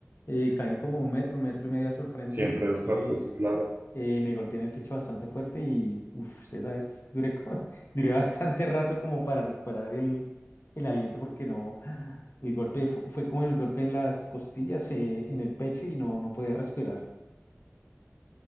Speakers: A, on the left; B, on the right.
A: eh, caí como un metro, un metro y medio hacia el frente,
B: siempre
A: entonces
B: fuerte, sí, claro.
A: eh, me golpeé en el pecho bastante fuerte y uff, esa vez duré, como- <laughs> duré bastante rato como para recuperar el, el aliento porque no, <sighs> el golpe fu- fue, como el golpe en las costillas, eh, en el pecho y no, no podía respirar.